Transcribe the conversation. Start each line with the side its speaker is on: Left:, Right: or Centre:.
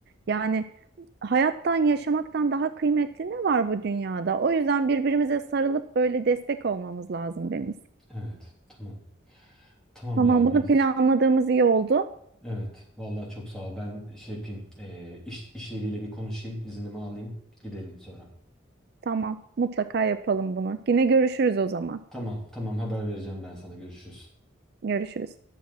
Right: Yani hayattan, yaşamaktan daha kıymetli ne var bu dünyada? O yüzden birbirimize sarılıp böyle destek olmamız lazım Deniz.
Centre: Evet tamam. Tamam
Right: Tamam,
Centre: ya Güliz.
Right: bunu planladığımız iyi oldu.
Centre: Evet. Vallahi çok sağ ol. Ben şey yapayım. eee, iş, iş yeriyle bir konuşayım. İznimi alayım. Gidelim sonra.
Right: Tamam, mutlaka yapalım bunu. Yine görüşürüz o zaman.
Centre: Tamam. Tamam. Haber vereceğim ben sana. Görüşürüz.
Right: Görüşürüz.